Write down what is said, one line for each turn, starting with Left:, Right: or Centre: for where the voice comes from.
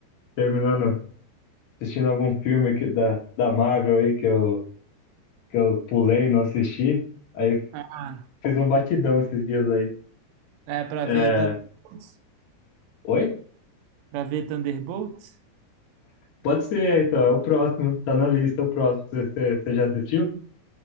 Left: terminando, assistindo algum filme aqui da, da Marvel aí que eu, que eu pulei, e não assisti. Aí
Right: ah,
Left: fiz um batidão esses dias aí.
Right: é para
Left: É...
Right: ver Thunderbolts,
Left: Oi?
Right: para ver Thunderbolts?
Left: Pode ser, então. É o próximo. Tá na lista, o próximo. Você, você, você já assistiu?